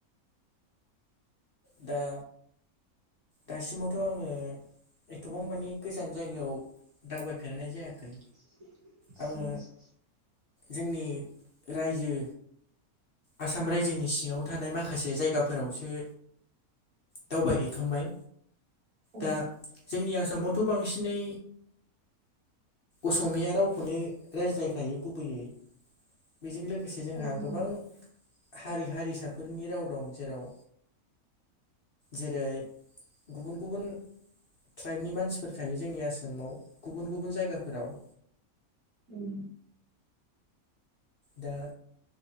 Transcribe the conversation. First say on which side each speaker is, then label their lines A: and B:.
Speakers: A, on the left; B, on the right.
A: दा दासिमावथ' आङो एथ'बां मानि गोजान जायगायाव दावबायफेरनाय जायाखै।
B: <inaudible>
A: आङो जोंनि रायजो आसाम रायजोनि सिङाव थानाय माखासे जायगाफोरावसो दावबायहैखांबाय
B: ओं
A: दा जोंनि आसामावथ' बांसिनै अस'मिया रावखौनो रायज्लायखायो गुबैयै बेजों लोगोसे जोंहा
B: ओं
A: गोबां हारि हारिसाफोरनि राव दं जेराव जेरै गुबुन गुबुन ट्राइबनि मानसिफोर थायो जोंनि आसामाव गुबुन गुबुन जायगाफोराव
B: उम
A: दा